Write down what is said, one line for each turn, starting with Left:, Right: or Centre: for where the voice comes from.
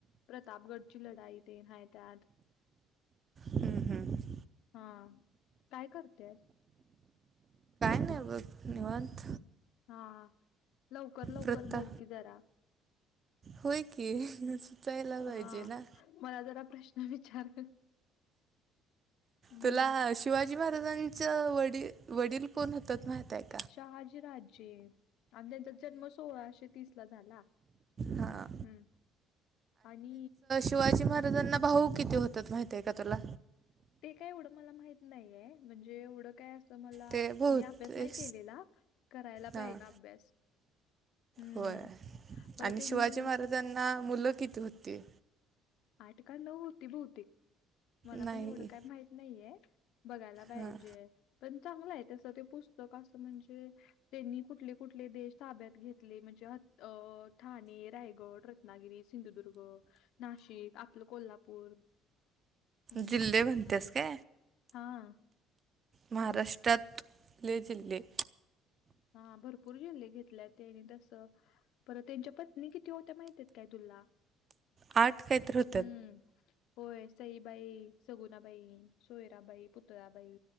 Left: प्रतापगडची लढाई ते नायत्यात.
Right: हम्म हम्म
Left: हा काय करते.
Right: बग निवत.
Left: हा लवकर लवकर
Right: प्रथा
Left: बोल की जरा.
Right: होय की. सुचायला पाहिजे
Left: हा
Right: ना
Left: मला जरा प्रश्न विचार. हं.
Right: तुला शिवाजी महाराजांचं वडील वडील कोण होतात म्हहत आहेत.
Left: शहाजी राजे आणि त्यांचा जन्म सोळाशे तीस ला झाला.
Right: हा
Left: हम्म आणि.
Right: शिवाजी महाराजांना भाऊ किती होतात माहिती आहे का तुला.
Left: ते काय एढं मला माहित नाहीये म्हणजे एढं काय अस. तर मला
Right: ते बहुतेक
Left: मी अभ्यास नाही केलेला करायला पाहिजे
Right: हां
Left: अभ्यास. हं.
Right: होय
Left: परत
Right: आणि
Left: त्यांनी
Right: शिवाजी महाराजांना मुलं किती होती.
Left: आठ का नऊ होती बहतिक मला
Right: नाही
Left: पण एवढं काय माहित नाहीये. बघायला पाहिजे.
Right: हा
Left: पण चांगलं आहे त्यासं ते पुस्तक असं म्हणजे त्यांनी कुठले कुठले देश ताब्यात घेतले. म्ह ठा रायगड रनागि संुदु नाशिक. आपलं कोल्हापूर. हं.
Right: जल् बनते अस का.
Left: हां.
Right: महाराष्ट्रातले जिल्हे.
Left: हा भरपूर झल्ले घेतल्या त्यांनी तस. परत त्यांच्या पत्नी किती होत्या माहिती आहेत काय तुला.
Right: आठ कायतर हो.
Left: हम्म. होय सईबाई सगुणाबाई सोयराबाई पुतळाबाई..